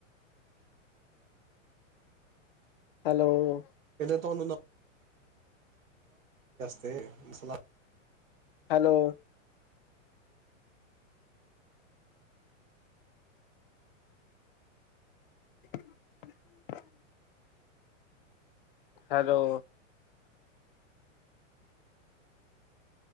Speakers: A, on the left (about 45°); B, on the right (about 80°).
A: ਹੈਲੋ <inaudible>
B: ਤੁਹਾਨੂੰ <inaudible> ਤੇ ਮਸਲਾ <inaudible>
A: ਹੈਲੋ। <unintelligible> ਹੈਲੋ।